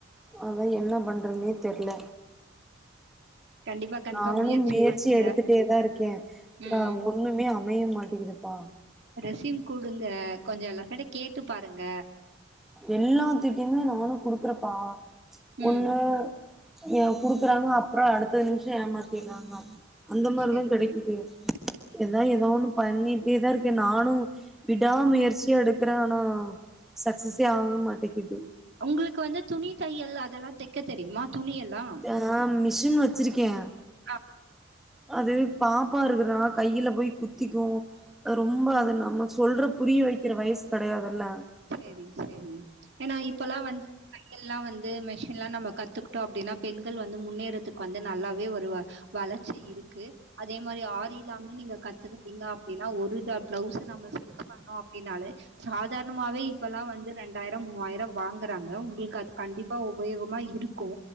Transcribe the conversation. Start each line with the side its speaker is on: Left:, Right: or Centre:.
Centre: அதா என்ன பண்றதுன்னே தெர்ல
Right: கண்டிப்பா, கண்டிப்பா
Centre: நானு முயற்சி
Right: பண்ணுங்க.
Centre: எடுத்துட்டே தா இருக்கே இந்தா
Right: ம்.
Centre: ஒண்ணுமே அமைய மாட்டேங்கிதுப்பா
Right: ரெசியூம் குடுங்க கொஞ்சோ எல்லார்கிட்டயு கேட்டு பாருங்க
Centre: எல்லாத் திட்டியுமே நானு குடுக்குறேப்பா ச்
Right: ம்
Centre: ஒண்ணு ஏ குடுக்குறாங்க அப்புறோ அடுத்த நிமிஷம் ஏமாத்திறாங்க அந்த மாரிதா
Right: சேரி
Centre: கெடைக்குது எதா ஏதோ ஒன்னு பண்ணிட்டேதா இருக்கே நானு விடா முயற்சியா எடுக்குறே ஆனா சக்சஸே ஆக மாட்டேக்குது
Right: ஒங்களுக்கு வந்து துணி தையல் அதெல்லா தெக்க தெரியுமா துணியலா
Centre: ஆ மிஷின் வச்சிருக்கே
Right: ஆன்
Centre: அது பாப்பா இருக்குறனால கையில போய் குத்திக்கு ரொம்ப அது நம்ம சொல்ற புரிய வக்கிற வயசு கெடயாதுல்ல
Right: சேரி சேரி ஏன்னா இப்பல்லா வந்து தையல்லா வந்து மெஷின்ல்லா நம்ம கத்துக்கிட்டோ அப்டின்னா பெண்கள் வந்து முன்னேறதுக்கு வந்து நல்லாவே ஒரு வளர்ச்சி இருக்கு அதே மாரி ஆரில்லாமே நீங்க கத்துக்கிட்டீங்க அப்டின்னா ஒருடாட் பிளவுஸ்ஸ நம்ம ஸ்டிச் பண்ணோ அப்டினாலே சாதாரண சும்மாவே இப்பல்லா வந்து ரெண்டாயிரம் மூவாயிரம் வாங்கறாங்க ஒங்களுக்கு அது கண்டிப்பா உபயோகமா இருக்கு